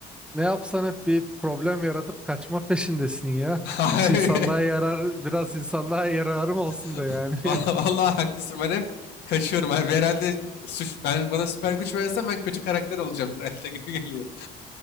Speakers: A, in the centre; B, on the left.
A: ne yapsan hep bir problem yaratıp kaçma peşindesin ya.
B: <laughs>
A: Hiç insanlığa
B: Abi
A: yarar, biraz insanlığa yararım olsun
B: <laughs>
A: da yani.
B: Vallahi
A: <laughs>
B: haklısın ben hep kaçıyorum abi. Herhalde suç ben bana süper güç versen ben kötü karakter olacağım herhalde <laughs> gibi geliyor.